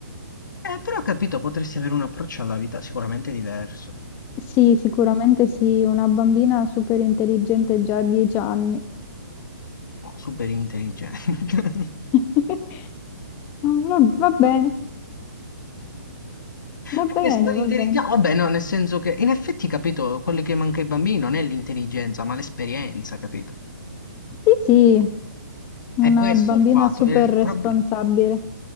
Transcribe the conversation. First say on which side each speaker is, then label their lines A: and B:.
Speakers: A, on the left; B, on the left.
A: Eh, però ho capito, potresti avere un approccio alla vita sicuramente diverso,
B: Sì, sicuramente sì, una bambina super intelligente già a dieci anni.
A: No, super intelligente. <laughs>
B: <laughs> Va, va bene, va
A: Perché
B: bene,
A: super intelligente.
B: va bene.
A: No, vabbè, no, nel senso che in effetti, capito, quello che manca ai bambini non è l'intelligenza, ma l'esperienza, capito?
B: Sì, sì,
A: È
B: Una
A: questo
B: bambina
A: il fatto.
B: super
A: È il,
B: responsabile.
A: prob-